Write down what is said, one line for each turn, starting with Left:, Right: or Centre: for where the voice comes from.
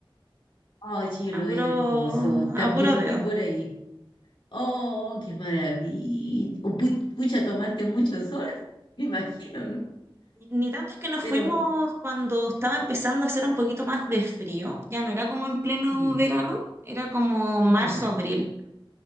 Left: Ay, Chilo,
Right: a puro,
Left: es hermoso. También
Right: a puro
Left: fui
Right: dedo.
Left: por ahí. Oh, qué maravilla. O pu- pucha, tomaste mucho sol, <laughs> me imagino, ¿no?
Right: Ni tanto es que nos
Left: Pero,
Right: fuimos cuando estaba empezando a hacer un poquito más de frío, ya no era como en pleno
Left: ye-
Right: verano, era como marzo,
Left: ah, ya,
Right: abril,